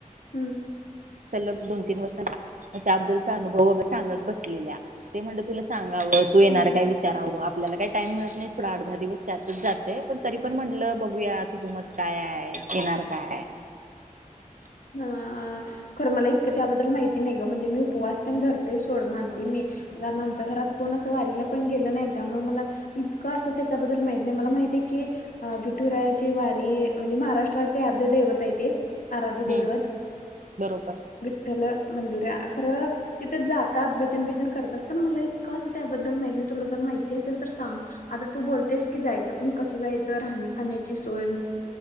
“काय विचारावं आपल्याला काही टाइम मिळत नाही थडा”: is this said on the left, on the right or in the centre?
Right